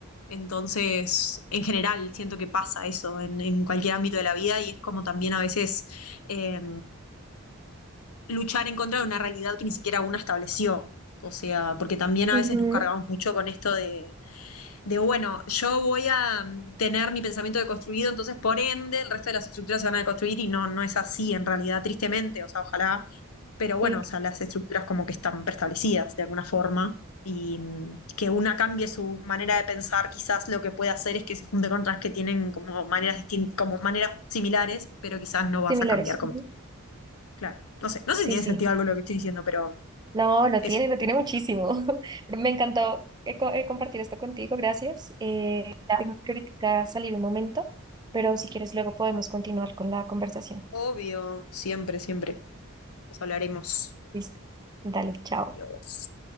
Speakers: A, on the left; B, on the right.
A: Entonces, en general, siento que pasa eso en, en cualquier ámbito de la vida y es como también a veces... eh, luchar en contra de una realidad que ni siquiera una estableció. O sea, porque también a
B: Ujú,
A: veces nos cargamos mucho con esto de, de, bueno, yo voy a mm, tener mi pensamiento deconstruido, entonces por ende el resto de las estructuras se van a deconstruir y no, no es así en realidad, tristemente, o sea, ojalá, pero bueno,
B: sí,
A: o sea, las estructuras como que están preestablecidas de alguna forma y mm, que una cambie su manera de pensar, quizás lo que puede hacer es que se junte con otras que tienen como maneras distin- como maneras similares, pero quizás no vas
B: similares.
A: a cambiar como
B: ujú,
A: Claro. No sé, no sé
B: Sí,
A: si tiene
B: sí.
A: sentido algo lo que estoy diciendo, pero
B: No, lo
A: eso.
B: tiene, lo tiene muchísimo. <laughs> Pero Me encantó eh, co- eh, compartir esto contigo, gracias. Eh, ya tengo que ahorita salir un momento, pero si quieres luego podemos continuar con la conversación.
A: Obvio, siempre, siempre. Nos hablaremos.
B: Listo. Dale, chao.
A: Dios.